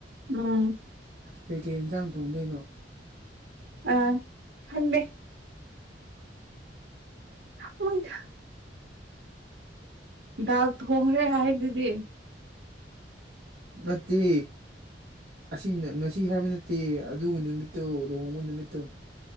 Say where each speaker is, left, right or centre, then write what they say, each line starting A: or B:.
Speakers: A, on the right; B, on the right.
A: ꯎꯝ
B: ꯀꯩꯀꯩ ꯌꯦꯟꯁꯥꯡ ꯊꯣꯡꯗꯣꯏꯅꯣ
A: ꯑ ꯈꯗꯦ ꯍꯣꯏꯗ ꯍꯤꯗꯥꯥꯛ ꯊꯣꯡꯈ꯭ꯔꯦ ꯍꯥꯏ ꯑꯗꯨꯗꯤ
B: ꯅꯠꯇꯦ ꯑꯁꯤ ꯉꯁꯤ ꯍꯥꯏꯕ ꯅꯠꯇꯦ ꯑꯗꯨ ꯅꯨꯃꯤꯠꯇꯣ ꯂꯨꯍꯃ ꯅꯨꯃꯤꯠꯇꯣ